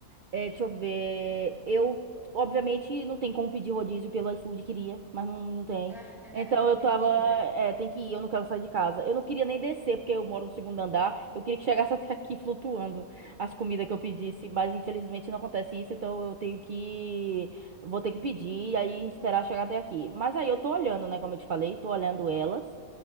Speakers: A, on the right; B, in the centre.
A: É, deixa eu ver. Eu, obviamente, não tem como pedir rodízio pelo iFood, queria, mas não, não tem.
B: <laughs>
A: Então eu tava.
B: Tem que
A: É,
B: ir, né?
A: tem que ir, eu não quero sair de casa. Eu não queria nem descer, porque eu moro no segundo andar. Eu queria que chegasse <laughs> até aqui flutuando as comidas que eu pedisse, mas infelizmente não acontece isso, então eu tenho que. Vou ter que pedir e aí esperar chegar até aqui. Mas aí eu tô olhando, né, como eu te falei, tô olhando elas.